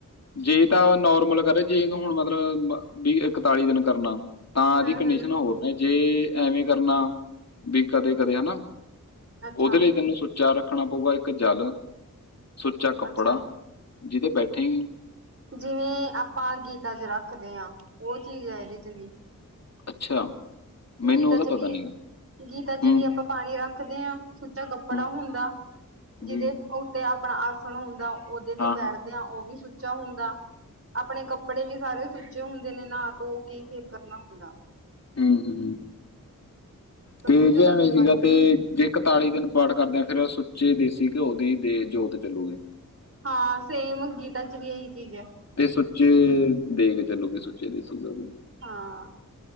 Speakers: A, on the left (about 50°); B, on the right (about 45°).
A: ਜੇ ਤਾਂ ਨੋਰਮਲ ਕਰੇ, ਜੇਕ ਹੁਣ ਮਤਲਬ ਬ ਵੀਹ ਇਕਤਾਲੀ ਦਿਨ ਕਰਨਾ ਤਾਂ ਇਹਦੀ
B: ਹਮ
A: ਕੰਡੀਸ਼ਨਾਂ
B: ਹਮ
A: ਹੋਰ। ਜੇ ਐਵੇਂ ਕਰਨਾ ਵੀ ਕਦੇ-ਕਦੇ ਹਨਾ,
B: ਅੱਛਾ
A: ਉਹਦੇ ਲਈ ਤੈਨੂੰ ਸੁ ਉੱਚਾ ਰੱਖਣਾ ਪਊਗਾ ਇੱਕ ਜਲ, ਸੁੱਚਾ ਕੱਪੜਾ
B: ਅੱਛਾ
A: ਜਿਹਦੇ ਬੈਠੀ
B: ਜਿਵੇਂ ਆਪਾਂ ਗੀਤਾ'ਚ ਰੱਖਦੇ ਹਾਂ, ਉਹ ਚੀਜ਼ ਹੈ ਇਹਦੇ'ਚ ਵੀ।
A: ਅੱਛਾ। ਮੈਨੂੰ
B: ਗੀਤਾ
A: ਉਹਦਾ
B: 'ਚ
A: ਪਤਾ
B: ਵੀ,
A: ਨਹੀਂਗਾ
B: ਗੀਤਾ 'ਚ
A: ਹੂੰ
B: ਵੀ ਆਪਾਂ ਪਾਣੀ ਰੱਖਦੇ ਹਾਂ, ਸੁੱਚਾ ਕੱਪੜਾ
A: ਹੂੰ
B: ਹੁੰਦਾ। ਜਿਹਦੇ
A: ਜੀ
B: ਉੱਤੇ ਆਪਣਾ ਆਸਣ ਹੁੰਦਾ, ਉਹਦੇ'ਤੇ
A: ਹਾਂ
B: ਬੈਠਦੇ
A: ਹਾਂ
B: ਆ, ਉਹ ਵੀ ਸੁੱਚਾ ਸੁੱਚਾ ਹੁੰਦਾ, ਆਪਣੇ ਕੱਪੜੇ ਵੀ ਸਾਰੇ ਸੁੱਚੇ ਹੁੰਦੇ ਨੇ। ਨਹਾ-ਧੋ ਕੇ ਫੇਰ ਕਰਨਾ ਹੁੰਦਾ।
A: ਹਮ-ਹਮ।
B: ਸਭ
A: ਤੇਜ
B: ਕੁਛ
A: ਐਵੇਂ
B: ਸੁੱਚ
A: ਸੀਗਾ
B: ਪੰਚ
A: ਤੇ
B: ਹੁੰਦਾ
A: ਜੇਕਰ ਇਕਤਾਲੀ ਦਿਨ ਪਾਠ ਕਰਦਿਆਂ ਫੇਰ ਸੁੱਚੇ ਦੇਸੀ ਘਿਓ ਦੀ ਦੇ ਜੋਤ ਜਲਾਉਂਦੇ
B: ਹਾਂ, ਸੇਮ ਗੀਤਾ'ਚ ਵੀ ਏਹੀ ਚੀਜ਼ ਹੈ।
A: ਤੇ ਸੁੱਚੇ ਦੇਗ ਚਲੂਗੀ, ਸੁੱਚੇ ਦੇਸੀ ਘਿਓ ਦੀ।
B: ਹਾਂ,